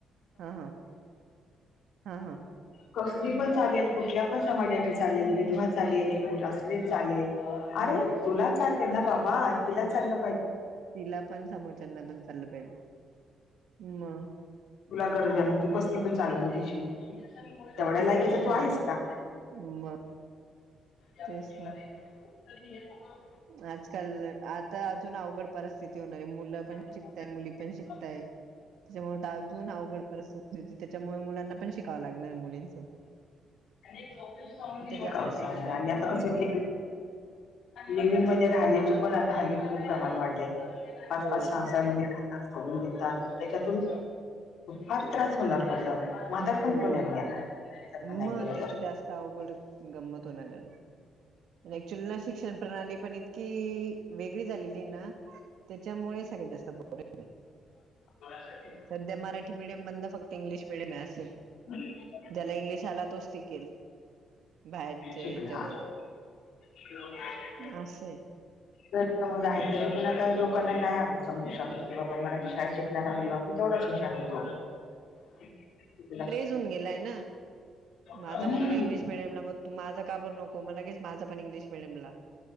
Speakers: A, on the right (about 75°); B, on the left (about 70°).
A: हा हा हा हा
B: <unintelligible> कसली पण चालेल, कुठल्या पण समाजाची चालेल, विधवा चालेल, एकमठ असलेली चालेल अरे,
A: हा हा
B: तुला चालेल ना बाबा तिला चालल
A: तिला पण, समोरच्यांना पण चाललं पाहिजे, मग.
B: तुला गरज आहे मग, तू कसली पण चालवून घेशील. तेवढ्या
A: तिने
B: लायकीचा
A: पण
B: तू
A: समोर
B: आहेस का?
A: <unintelligible>
B: या
A: तेच
B: गोष्टीमध्ये
A: ना
B: <unintelligible>
A: आजकाल आता अजून अवघड परिस्थिती होणार आहे. मुलं पण
B: शिकावंच
A: शिकताय, मुली पण शिकताय. त्याच्यामुळे अजून अवघड परिस्थिती होती. त्याच्यामुळे मुलांना पण शिकावं लागणार मुलीं सोबत.
B: शिकावच
A: जास्त
B: लागणार
A: शिकताय
B: आणि आता कसं लिव्हिंगमध्ये राहण्याचे पण आता हल्ली खूप प्रमाण वाढले. पाच,
A: हो
B: पाच, सहा, सहा महिने करून घेतात, त्याच्यातून फार त्रास होणार पुढं जाऊन. म्हातारपणी
A: होय,
B: पण आम्ही येणार. तसं
A: मग
B: नाही केलं
A: तेेत
B: तर
A: जास्त आवघडे. गंमत होणारे <unintelligible> ऍक्च्युली ना शिक्षण प्रणाली पण इतकी वेगळी झालेली आहे ना, त्याच्यामुळे <unintelligible>
B: कोणासाठी?
A: सध्या मराठी मिडियम बंद. फक्त इंग्लिश मिडयमे असय.
B: <unintelligible>
A: ज्याला इंग्लिश आला तोच टिकेल बाहेरच्या
B: शिकणार.
A: हेच्यामध्ये
B: <unintelligible>
A: असय.
B: जर समज आहे तरी पण आता लोकांना नाही आपण समजू शकत की बाबा मरा शाळेत शिकणारा मुलगा पण तेवढ्याच हुशार होतो. <unintelligible>
A: जून गेलाय ना माझा
B: हम्म
A: मुलगा इंग्लिश मीडियम ला मग तो माझा का बरं नको म लगेच माझ पण इंग्लिश मिडीयमला